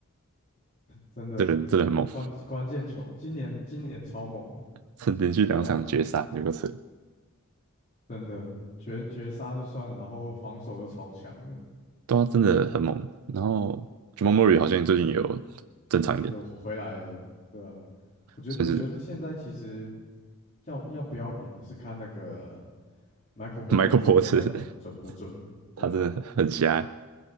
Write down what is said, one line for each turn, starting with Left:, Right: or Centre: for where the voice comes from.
Left: 真的就关关键球，
Right: 这人真的很猛，
Left: 今年今年超猛的，
Right: 曾连续两场决赛，
Left: 对吧、
Right: 有个扯，
Left: 真的绝绝杀就算了，然后防守又超强的。
Right: 都真的很猛。然后 Jamal Murray 好像最近也有正常一点，
Left: 有回来了，对啊，我觉我觉得现在其实
Right: 算是
Left: 要要不要赢是看那个 Michael Porter
Right: Michael
Left: Jr.
Right: Porter，
Left: 到底准准不准，
Right: <laughs>
Left: 对啊，
Right: 他真的很瞎，